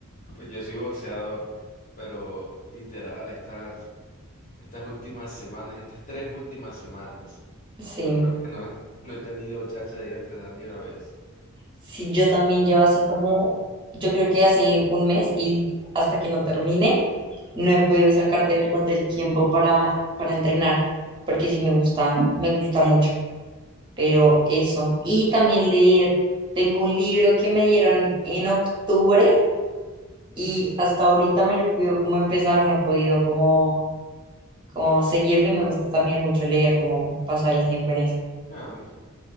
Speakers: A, on the left; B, on the right.
A: Pues yo soy boxeador, pero literal, estas, estas últimas semanas, estas tres últimas semanas,
B: Sí,
A: yo creo que no, no he tenido chance de ir a entrenar ni una vez.
B: sí, yo también llevo así como, yo creo que hace un mes y hasta que no termine, no he podido sacar de verdad el tiempo para, para entrenar, porque sí me gusta, me gusta mucho. pero eso. Y también leer. Tengo un libro que me dieron en octubre y hasta ahorita me lo pido como empezar, no he podido como, como seguirlo y me gusta también mucho leer, como pasar el tiempo en eso.
A: No, a